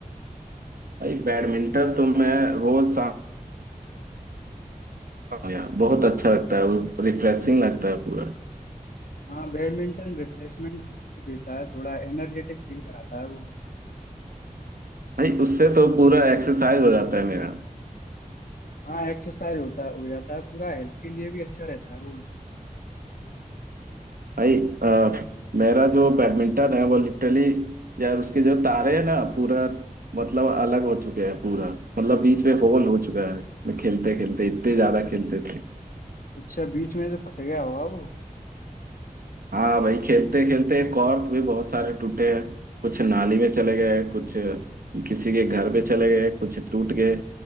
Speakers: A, on the right (about 80°); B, on the left (about 75°).
A: भाई बैडमिंटन तो मैं रोज शाम यार बहुत अच्छा लगता है रिफ्रेशिंग लगता है पूरा
B: हाँ बैडमिंटन रिफ्रेशमेंट देता है थोड़ा एनर्जेटिक फील कराता है वो
A: भाई उससे तो पूरा एक्सरसाइज हो जाता है मेरा
B: हाँ एक्सरसाइज होता है हो जाता है पूरा हेल्थ के लिए भी अच्छा रहता है वो
A: भाई अ, मेरा जो बैडमिंटन है वो लिटरली यार उसके जो तारे हैं ना पूरा मतलब अलग हो चुके हैं पूरा मतलब बीच में होल हो चुका है मैं खेलते खेलते इतने ज्यादा खेलते थे
B: अच्छा बीच में से फट गया होगा वो
A: हाँ भाई खेलते खेलते कॉर्क भी बहुत सारे टूटे हैं कुछ नाली में चले गए कुछ किसी के घर पे चले गए कुछ टूट गए